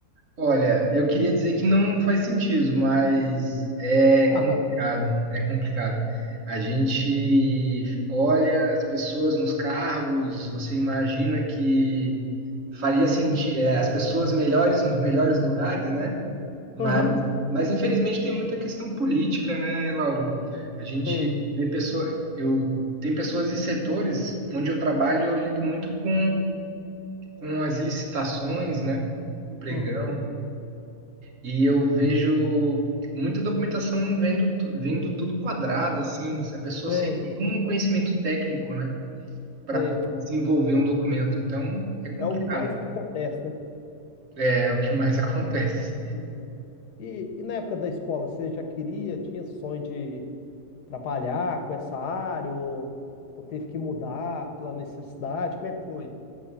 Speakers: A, on the right (about 55°); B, on the left (about 75°).
A: Olha, eu queria dizer que não faz sentido, mas é
B: <laughs>
A: complicado, é complicado. A gente olha as pessoas nos cargos, você imagina que faria sentido, as pessoas melhores nos melhores lugares, né? Mas,
B: Uhum,
A: mas infelizmente tem muita questão política, né, Lauro? A gente
B: sei.
A: vê pessoa, eu tem pessoas e setores onde eu trabalho, eu lido muito com com as licitações, né? Pregão
B: Uhum,
A: e eu vejo muita documentação vendo, tu- vendo tudo quadrado, assim, se a pessoa
B: sei,
A: sem nenhum conhecimento técnico, né, para
B: sei.
A: poder desenvolver um documento. Então, é complicado.
B: É o que mais acontece, né?
A: É é o que mais <laughs> acontece.
B: Uhum. E, e na época da escola, você já queria, tinha sonho de trabalhar com essa área, ou, ou teve que mudar pela necessidade? Como é que foi?